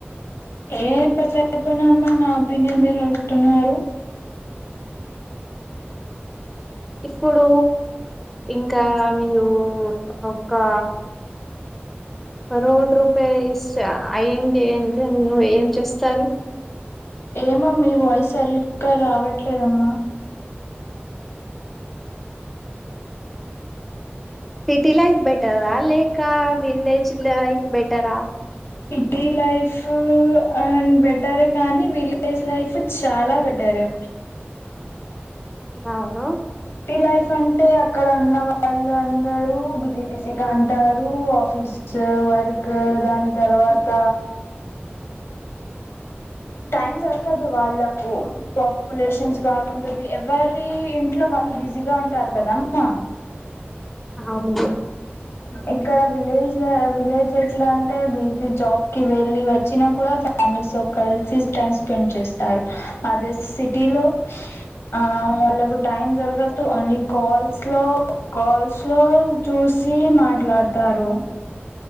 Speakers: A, on the left; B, in the centre.
A: ఏ పె చెప్పనమ్మా నా ఒపీనియన్ మీరు అడుగుతున్నారు
B: ఇప్పుడూ ఇంకా మీరు ఒకా కరోడ్ రూపాయ ఇషా అయింది ఎం ఏం చేస్తారు
A: ఏమో మీ వాయిస్ సరిగ్గా రావట్లేదమ్మా
B: సిటీలైఫ్ బె టరా లేకా విలేజ్ లైఫ్ బెటరా
A: సిటీ లైఫ్ అన్ బెటరే కానీ విలేజ్ లైఫ్ చాలా పెట్టారు
B: అవున
A: లైఫ్ అంటే అక్కడ ఉన్న వాళ్ళు అందరూ బిజీ బిజీగా ఉంటారు ఆఫీస్ వర్క్ దాని తర్వాత టైమ్ దొరకదు వాళ్ళకు పాపులేషన్స్ బాగుంటది ఎవరీ ఇట్లో వాళ్ళు బిజీగా ఉంటారు కదా అమ్మ
B: అవును
A: ఇక్కడ విలేజ్ లో విలేజ్ ఎట్లా అంటే బిజ జాబ్ కి వెళ్ళి వచ్చినా కూడ ఫ్యామిలీస్ కలిసి టైమ్ స్పెండ్ చేస్తారు అదే సిటీలో ఆ వాళ్లకు టైం దొరకద్దు ఓన్లీ కాల్స్ లో కాల్స్ లో చూస్ సి మాట్లాడతారు